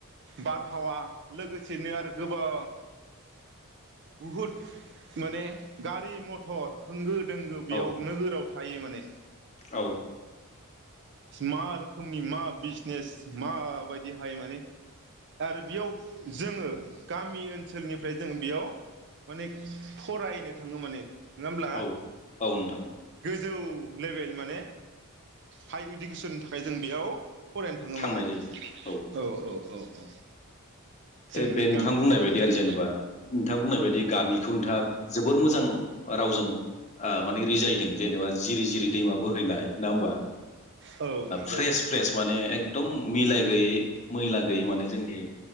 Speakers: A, on the right; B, on the left.
A: बारहावा लोगोसेनो आरो गोबां बहुद माने गारि मथर होंगो दोंगो बेयाव
B: औ
A: नोगोराव थायो माने
B: औ
A: मा रोखोमनि मा बिजनेस माबायदि दिहाय माने आरो बेयाव जोंङो गामि ओनसोलनिफ्राय जों बेयाव माने फरायनो थांङो माने नङा होमब्ला
B: औ औ नोंथां
A: गोजौ लेभेल माने हाइ इडुकेसननि थाखाय जों बेयाव फरायनो थांङो
B: थांनाय
A: माने
B: जायो
A: औ औ औ जोंनि
B: बे नोंथां
A: गामि ओनसोलनिफ्राय
B: बुंनाय बायदि आरो जेनेबा नोंथां बुंनाय बायदि गामिखौ नोंथाङा जोबोर मोजां रावजों माने रिजाय जेनेबा जिरि जिरि दैमा बोहैनाय ना होनब ओ
A: औ नंगौ
B: फ्रेस फ्रेस एकदम मिलाय गैयै मैला गैयै माने जोंनि